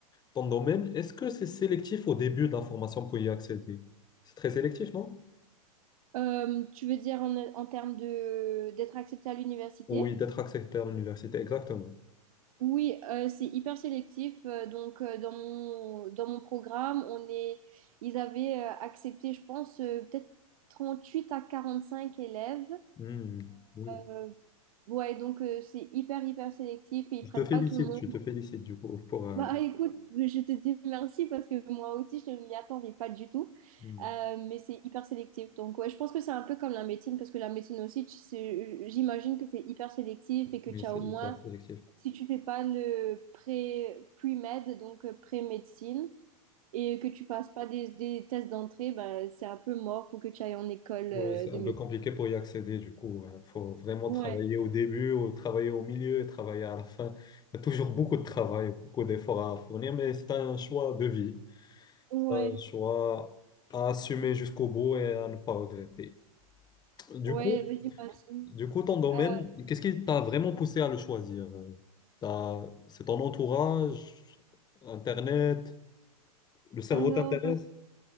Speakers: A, on the left; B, on the right.
A: ton domaine. Est-ce que c'est sélectif au début de la formation pour y accéder? C'est très sélectif, non?
B: Euh, tu veux dire en, en termes de, d'être accepté à l'université?
A: Oui, d'être accepté à l'université, exactement.
B: Oui, euh, c'est hyper sélectif. euh, donc, euh, dans mon, dans mon programme, on est, ils avaient euh, accepté, je pense, euh, peut-être 38 à 45 élèves.
A: Mhm. Oui.
B: Euh, ouais, donc euh, c'est hyper, hyper sélectif et ils
A: Je
B: prennent
A: te félicite,
B: pas tout le monde.
A: je
B: <laughs>
A: te félicite du coup pour. euh,
B: Bah écoute, je te dis merci parce que moi aussi, je ne m'y attendais pas du tout.
A: mhm.
B: Euh, mais c'est hyper sélectif. Donc, ouais, je pense que c'est un peu comme la médecine parce que la médecine aussi, tu sais, j'imagine que c'est hyper sélectif et que
A: Oui,
B: tu
A: c'est
B: as au
A: hyper
B: moins
A: sélectif.
B: si tu fais pas le pré, pre-med, donc euh, pré-médecine, et que tu fasses pas des, des tests d'entrée, bah, c'est un peu mort pour que tu ailles en école euh,
A: Oui, c'est
B: de
A: un
B: médecine.
A: peu compliqué pour y accéder, du coup. Il faut vraiment
B: Ouais,
A: travailler au début, ou travailler au milieu, et travailler à la fin. Il y a toujours beaucoup de travail, beaucoup d'efforts à fournir, mais c'est un choix de vie.
B: ouais,
A: C'est un choix à assumer jusqu'au bout et à ne pas regretter. Du
B: ouais,
A: coup,
B: j'imagine.
A: du coup, ton domaine,
B: Euh,
A: qu'est-ce qui t'a vraiment poussé à le choisir? T'as- c'est ton entourage, Internet, le cerveau
B: alors,
A: t'intéresse?